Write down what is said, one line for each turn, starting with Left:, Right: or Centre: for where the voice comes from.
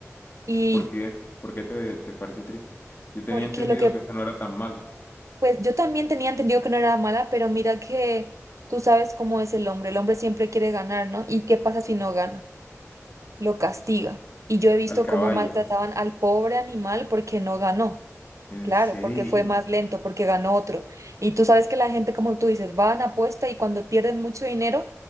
Right: Y
Left: ¿Por qué? ¿Por qué te, te parece triste? Yo tenía
Right: porque
Left: entendido
Right: lo que,
Left: que esa no era tan mala.
Right: pues yo también tenía entendido que no era mala, pero mira que tú sabes cómo es el hombre, el hombre siempre quiere ganar, ¿no? ¿Y qué pasa si no gana? Lo castiga. Y yo he visto
Left: Al caballo.
Right: cómo maltrataban al pobre animal porque no ganó,
Left: ¿En
Right: claro,
Left: serio?
Right: porque fue más lento, porque ganó otro. Y tú sabes que la gente, como tú dices, van, apuesta y cuando pierden mucho dinero,